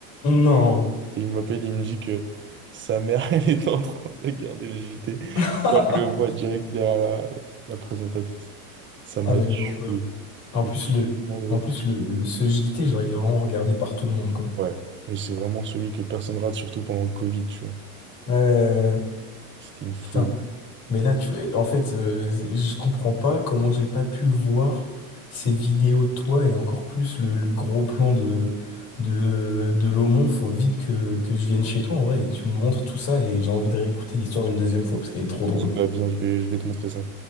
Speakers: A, on the left; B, on the right.
A: Non.
B: Et il m'appelle, il me dit que sa mère, <laughs> elle est en train de regarder le JT.
A: <laughs>
B: Elle le voit direct derrière la, la présentatrice. Ça
A: Ah
B: m'a
A: mais
B: tué.
A: l'horreur. En
B: Mais
A: plus
B: c'était
A: le,
B: vraiment drôle.
A: en plus le, ce JT, genre il est vraiment regardé par tout le monde quoi.
B: Ouais, mais c'est vraiment celui que personne rate, surtout pendant le Covid, tu vois.
A: Euh,
B: C'était une folie.
A: putain. Mais là tu, en fait, euh, je comprends pas comment j'ai pas pu voir ces vidéos de toi et encore plus le, le gros plan de de de l'Aumont. Faut vite que que je vienne chez toi en vrai et que tu me montres tout ça et j'ai envie de réécouter l'histoire une deuxième fois parce qu'elle est trop drôle.
B: Vas-y, bah viens, je vais, je vais te montrer ça.